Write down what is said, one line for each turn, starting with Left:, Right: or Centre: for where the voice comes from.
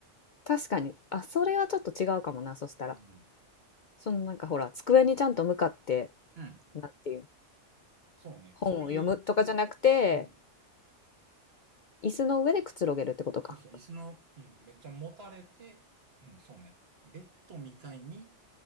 Left: 確かに。あ、それはちょっと違うかもな、
Right: うん。
Left: そしたら。
Right: うん。
Left: そのなんかほら、机にちゃんと向かって、
Right: うん
Left: なんていう、
Right: そうね。
Left: 本を読むとかじゃなくて、
Right: そういう、うん。
Left: 椅子の上でくつろげるってことか。
Right: そうそう。椅子の、うん。めっちゃ持たれて、うん。そうね。ベッドみたいに